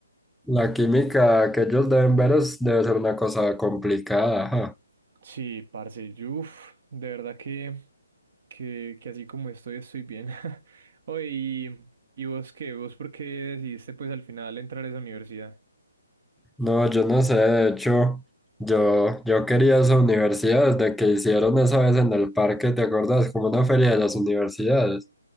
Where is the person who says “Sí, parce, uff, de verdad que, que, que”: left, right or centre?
Right